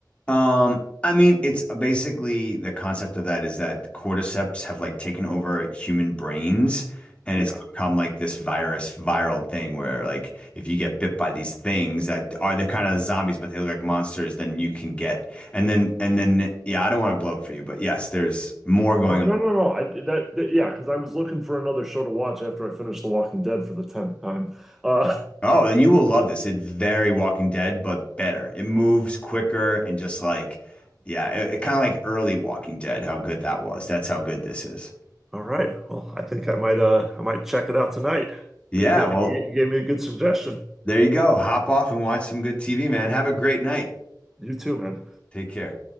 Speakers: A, on the left; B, in the centre.
A: Um, I mean, it's basically the concept of that is that cordyceps have like taken over human brains, and
B: Yeah.
A: it's become like this virus, viral thing where like if you get bit by these things that are they're kind of zombies, but they look like monsters, then you can get and then and then yeah, I don't want to blow it for you, but yes, there's more going
B: No, no,
A: on.
B: no, no. I that, that yeah, because I was looking for another show to watch after I finished The Walking Dead for the tenth time. Uh,
A: Oh, then you will love this. It's very Walking Dead, but better. It moves quicker and just like, yeah, it, it kind of like early Walking Dead, how good that was. That's how good this is.
B: <laughs> All right. Well, I think I might uh I might check it out tonight.
A: Yeah,
B: You get
A: Okay.
B: you
A: well,
B: gave me a good suggestion.
A: there you go. Hop off and watch some good TV, man. Have a great night.
B: You too, man.
A: Take care.